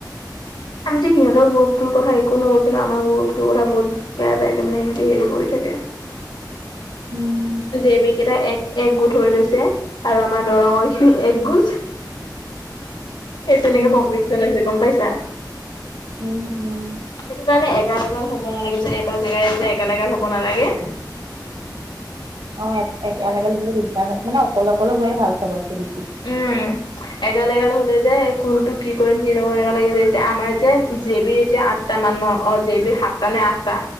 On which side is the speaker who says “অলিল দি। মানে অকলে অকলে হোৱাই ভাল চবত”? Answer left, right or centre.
Right